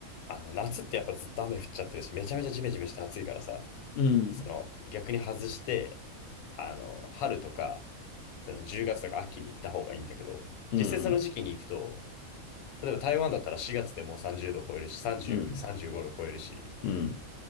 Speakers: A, on the left (about 80°); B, on the left (about 65°).
A: あの夏ってやっぱずっと雨降っちゃってるし、めちゃめちゃジメジメして暑いからさ、
B: うん、
A: その逆に外して、あの春とか、その10月とか秋に行った方がいいんだけど、
B: うん、
A: 実際その時期に行くと、例えば台湾だったら4月でもう30度超えるし、30、
B: うん、
A: 35度超えるし、
B: うん。